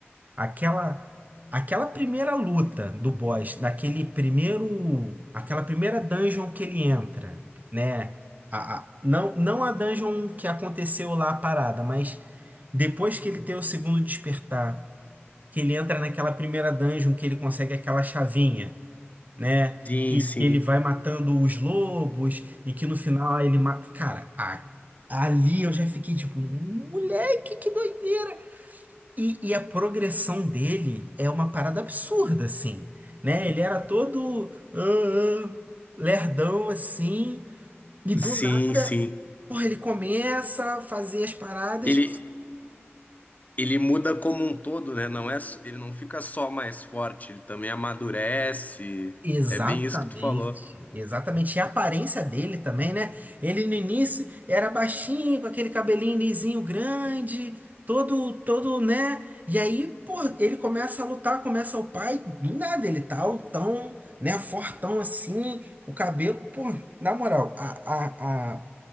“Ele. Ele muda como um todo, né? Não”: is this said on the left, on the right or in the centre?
Left